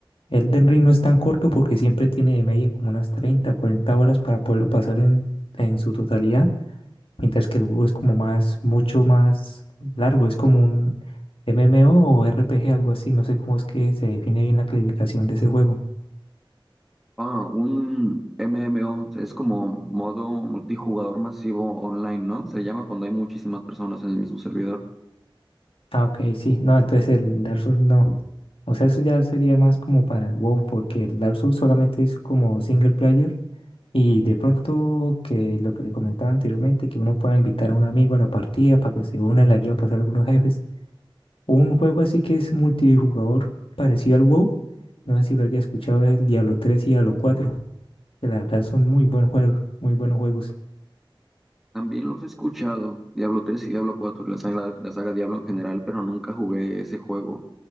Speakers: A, on the left; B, in the centre.
A: Elden Ring no es tan corto porque siempre tiene de media como unas 30 40 horas para poderlo pasar en, en su totalidad mientras que el WoW es como más, mucho más largo, es como un MMO o RPG, algo así, no sé cómo es que se define bien la clasificación de ese juego.
B: Ah, un MMO, es como modo multijugador masivo online, ¿no? Se llama cuando hay muchísimas personas en el mismo servidor.
A: Ah, ok, sí, no, entonces el Dark Souls no. O sea, eso ya sería más como para el WoW, porque el Dark Souls solamente es como single player y de pronto que lo que le comentaba anteriormente, que uno pueda invitar a un amigo a la partida para que se una y le ayude a pasar algunos jefes. Un juego así que es multijugador parecido al WoW. No sé si lo haya escuchado, es el Diablo tres y Diablo cuatro Que la verdad son muy buenos juegos, muy buenos juegos.
B: También los he escuchado, Diablo tres y Diablo cuatro la saga, la saga Diablo en general, pero nunca jugué ese juego.